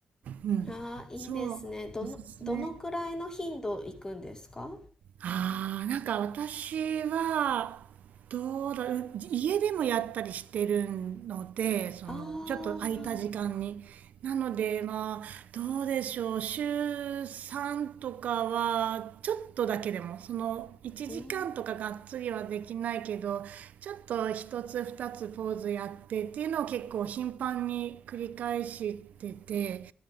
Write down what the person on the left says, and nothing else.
ああ、いいですね。
どの、
どのくらいの頻度行くんですか
ああ
ー、うん。